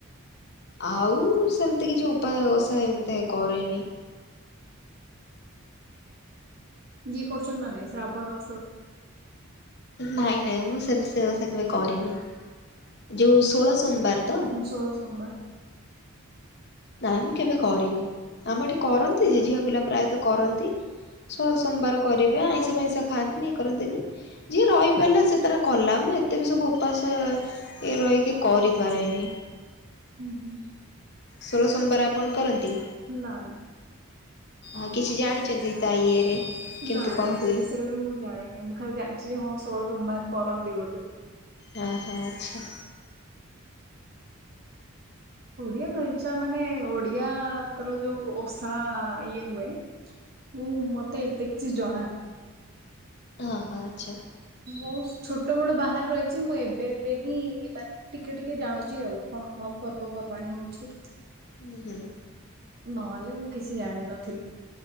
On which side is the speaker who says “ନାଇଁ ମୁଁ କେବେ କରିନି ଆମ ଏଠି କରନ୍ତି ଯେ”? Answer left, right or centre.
Left